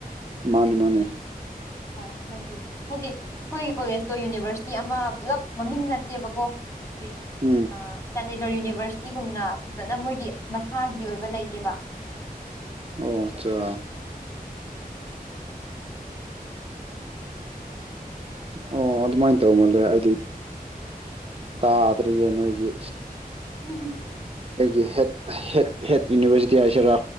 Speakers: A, on the right; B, on the left.
A: ꯃꯥꯅꯦ ꯃꯥꯅꯦ꯫
B: ꯑ ꯑꯗꯨꯒꯤ꯫ ꯍꯥꯏꯗꯤ ꯑꯩꯈꯣꯏꯒꯤ ꯀꯣꯂꯦꯁꯇꯣ ꯌꯨꯅꯤꯚꯔꯁꯤꯇꯤ ꯑꯃ ꯄꯨꯂꯞ ꯃꯃꯤꯡ ꯅꯠꯇꯦꯕꯀꯣ ꯍꯥꯏꯗꯤ꯫
A: ꯎꯝ
B: ꯑ ꯆꯥꯟꯗꯤꯒꯔ ꯌꯨꯅꯤꯚꯔꯁꯤꯇꯤꯒꯨꯝꯅ ꯐꯖꯅ ꯃꯣꯏꯒꯤ ꯃꯁꯥꯒꯤ ꯑꯣꯏꯕ ꯂꯩꯇꯦꯕ
A: ꯑꯣ ꯑꯆꯥ ꯑꯣ ꯑꯗꯨꯃꯥꯏꯅ ꯇꯧ ꯃꯥꯜꯂꯦ ꯍꯥꯏꯗꯤ ꯇꯥꯗ꯭ꯔꯤꯌꯦ ꯅꯣꯏꯒꯤ
B: ꯎꯝꯍꯝ
A: ꯑꯩꯒꯤ ꯍꯦꯠ ꯍꯦꯠ ꯍꯦꯠ ꯌꯨꯅꯤꯚꯔꯁꯤꯇꯤ ꯍꯥꯏꯁꯤꯔꯥ